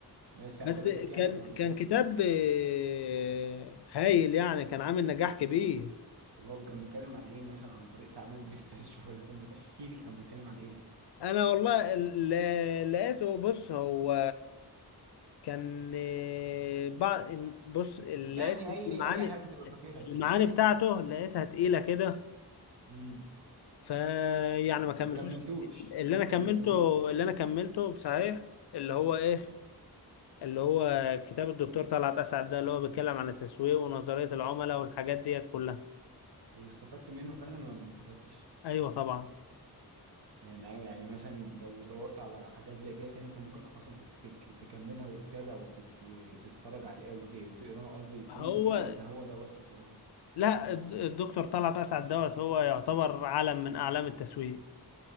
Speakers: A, on the right (about 80°); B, on the left (about 80°).
A: بس عجبتك
B: بس
A: يعني
B: كان
A: ولا ما
B: كان
A: عجبتكش؟
B: كتاب آه، هايل يعني كان عامل نجاح كبير
A: طب هو كان بيتكلم عن ايه مثلا عن طريقة عمل البيستاشيو ولا كان بتحكي لي كان بيتكلم عن ايه؟
B: انا والله ال- ال- لقيته بص هو كان آه، بعض بص لقيت
A: يعني اي
B: المعاني
A: اي حاجة تبقى فاكرها كده
B: المعاني بتاعته لقيتها تقيلة كده
A: امم
B: فيعني ما كملتوش
A: ما كملتوش
B: اللي
A: ما
B: انا كملته
A: كملتوش
B: اللي انا كملته بصحيح اللي هو ايه اللي هو كتاب الدكتور طلعت اسعد ده اللي هو بيتكلم عن التسويق ونظرية العملاء والحاجات ديت كلها
A: واستفدت منه فعلا ولا ما استفدتش؟
B: ايوه طبعا
A: يعني أيوة، يعني مثلا لو دورت على حاجات زي كده تاني انت ممكن اصلا تك- تك- تكملها وتتابع وتت... وتتفرج على وت... وتقراها قصدي وتكمل
B: هو
A: فيها ولا هو ده بس خلاص
B: لا الد- الدكتور طلعت اسعد دوت هو يعتبر علم من اعلام التسويق